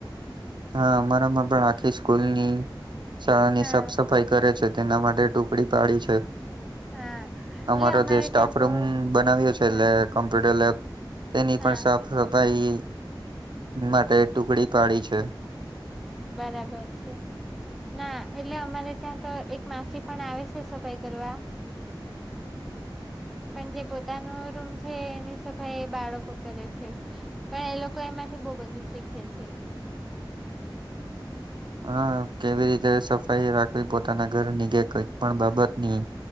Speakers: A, on the right; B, in the centre.
A: હા અમારામાં પણ આખી સ્કૂલની શાળાની
B: હા
A: સાફ સફાઈ કરે છે તેના માટે ટૂક ડી પાડી છે
B: હા
A: અમારો
B: એટલે અમારે
A: જે સ્ટાફરૂમ
B: ત્યાં તો
A: બનાવ્યો છે એટલે
B: હા
A: કોમ્પ્યુટર લેબ તેની
B: હા
A: પણ સાબ સફાઈ માટે ટુકડી પાડી છે.
B: બરાબર. ના એટલે અમારે ત્યાં તો એક માસી પણ આવે છે સફાઈ કરવા
A: <inaudible>
B: પણ જે પોતાનો રૂમ છે એની સફાઈ બાળકો કરે છે. પણ એ લોકો એમાંથી બહું બધું શીખે છે.
A: હા કેવી રીતે સફાઈ રાખવી પોતાના ઘરની કે કઈક પણ બાબત ની,